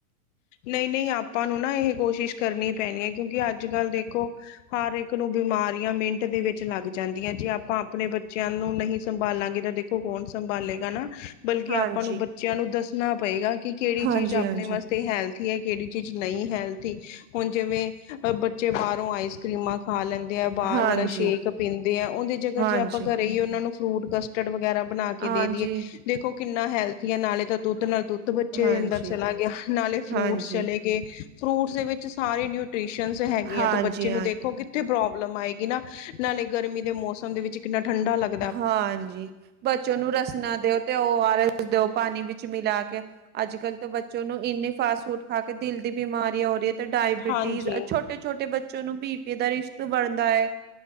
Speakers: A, on the left; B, on the right.
A: ਨਈ-ਨਈ ਆਪਾਂ ਨੂੰ ਨਾ ਇਹ ਕੋਸ਼ਿਸ਼ ਕਰਨੀ ਪੈਣੀ ਐ, ਕਿਉਂਕਿ ਅੱਜ- ਕੱਲ੍ਹ ਦੇਖੋ ਹਰ ਇਕ ਨੂੰ ਬਿਮਾਰੀਆਂ ਮਿੰਟ ਦੇ ਵਿਚ ਲੱਗ ਜਾਂਦੀਆਂ, ਜੇ ਆਪਾਂ ਆਪਨੇ ਬੱਚਿਆਂ ਨੂੰ ਨਹੀ ਸੰਭਾਲਾਂਗੇ, ਤਾਂ ਦੇਖੋ ਕੌਣ ਸੰਭਾਲੇਗਾ ਨਾ। ਬਲਕਿ
B: ਹਾਂਜੀ।
A: ਆਪਾਂ ਨੂੰ ਬੱਚਿਆਂ ਨੂ ਦੱਸਣਾ ਪਏਗਾ, ਕਿ ਕਿਹੜੀ
B: ਹਾਂਜੀ-ਹਾਂਜੀ।
A: ਚੀਜ ਆਪਣੇ ਵਾਸਤੇ ਹੈਲ ਥੀ ਐ ਕਿਹੜੀ ਚੀਜ ਨਈ ਹੈਲਥੀ, ਹੁਣ ਜਿਵੇਂ ਬੱਚੇ ਬਾਹਰੋਂ ਆਈਸ ਕਰ੍ਰੀਮਾਂ ਖਾ ਲੈਂਦੈ ਆ, ਬਾਹਰ
B: ਹਾਂਜੀ
A: ਵਾਲਾ ਸ਼ੇਕ ਪੀਂਦੇ ਐ, ਉਹਦੀ ਜਗ੍ਹਾਂ
B: ਹਾਂਜੀ
A: ਜੇ ਆਪਾਂ
B: ਹਾਂਜੀ
A: ਘਰੇ ਈ ਓਹਨਾਂ ਨੂੰ ਫਰੂਟ ਕਸਟਡ ਵਗੈਰਾ ਬਣਾ ਕੇ
B: ਹਾਂਜੀ
A: ਦੇ ਦੀਏ, ਦੇਖੋ ਕਿੰਨਾ ਹੈਲਥੀ ਐ, ਨਾਲੇ ਤਾਂ ਦੁੱਧ ਨਾਲ ਦੁੱਧ ਬੱਚੇ
B: ਹਾਂਜੀ
A: ਦੇ ਅੰਦਰ ਚਲਾ ਗਿਆ, ਨਾਲੇ ਫਰੂਟਸ
B: ਹਾਂਜੀ
A: ਚਲੇ ਗਏ, ਫਰੂਟਸ ਦੇ ਵਿਚ ਸਾਰੇ ਨਿਊ ਟਵੀਸਨਸ ਹੈਗੀਆ,
B: ਹਾਂਜੀ
A: ਤੇ ਬੱਚੇ
B: ਹਾਂਜੀ
A: ਨੂੰ ਦੇਖੋ ਕਿੱਥੇ ਪ੍ਰੋਬਲਮ ਆਏਗੀ ਨਾ, ਨਾਲੇ ਗਰਮੀ ਦੇ ਮੌਸਮ ਦੇ ਵਿਚ ਕਿੰਨਾ ਠੰਡਾ ਲਗ
B: ਹਾਂਜੀ, ਬ ਬੱਚੇ ਨੂੰ ਰਸਨਾ ਦਿਓ, ਤੇ ਓ ਆਰ ਏਸ ਦਿਓ ਪਾਨੀ ਵਿਚ ਮਿਲਾ ਕੇ, ਅੱਜ ਕੱਲ੍ਹ ਤੋ ਬ ਬੱਚਿਆਂ ਨੂੰ ਇੰਨੇ ਫਾਸਟ ਫੂਡ ਖਾ ਕੇ ਦਿਲ ਦੀ ਬਿਮਾਰੀਆਂ ਹੋਰੀ, ਤੇ ਡਾਈਬਿਟੀਜ਼
A: ਹਾਂਜੀ
B: ਛੋ ਛੋਟੇ-ਛੋਟੇ ਬੱਚੇ ਨੂੰ ਬੀ ਪੀ ਦਾ ਰਿਸਕ ਬਣਦਾ ਐ।